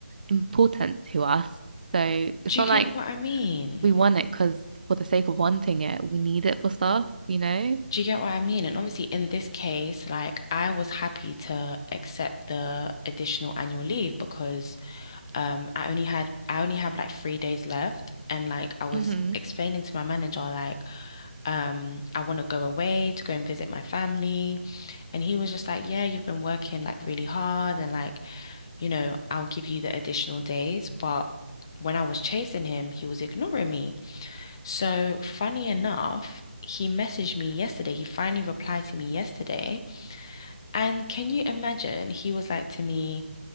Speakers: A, on the right; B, on the left.
A: important to us. So it's
B: Do
A: not
B: you get
A: like
B: what I mean?
A: we want it because for the sake of wanting it, we need it for stuff, you know?
B: Do you get what I mean? And obviously, in this case, like I was happy to accept the additional annual leave because um I only had I only have like three days left, and like I was
A: Mm-hmm.
B: explaining to my manager, like. um, I want to go away to go and visit my family. And he was just like, Yeah, you've been working like really hard and like, you know, I'll give you the additional days. But when I was chasing him, he was ignoring me. So funny enough, he messaged me yesterday. He finally replied to me yesterday. And can you imagine? He was like to me,